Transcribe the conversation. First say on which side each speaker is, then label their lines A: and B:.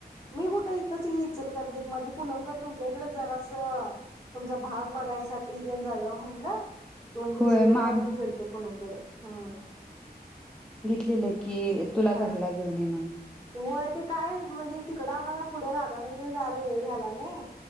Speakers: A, on the left; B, in the centre.
A: मी कुठ इथच की इचलकरंजीत मधी पुनम कड तुमच्या इकड जरास तुमचा भाग बघायसाठी तेन जाऊया म्हणलं. दोन दिवस
B: होय
A: वेळ
B: मामी
A: काढून गेलतो पुणम कड. हम्म
B: लिहलंय. कि तुला
A: हा
B: घरला घेऊन ये म
A: होय ते काय म्हणजे तिकडं आम्हाला पुढे राधानगरी जायला वेळ झाला नई,